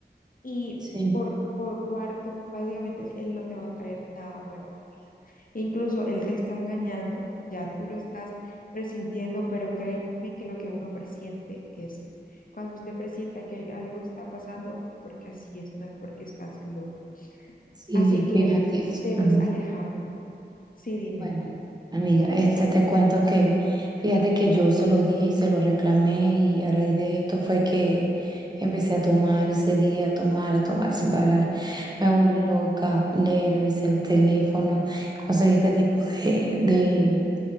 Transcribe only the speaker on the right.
sí,
sí,
fíjate.
Ajá.
Bueno, amiga, este te cuento que fíjate que yo se lo dije y se lo reclamé y a raíz de esto fue que empecé a tomar ese día, a tomar, a tomar sin parar. Me volví loca, le revisé el teléfono, conseguí este tipo de, de,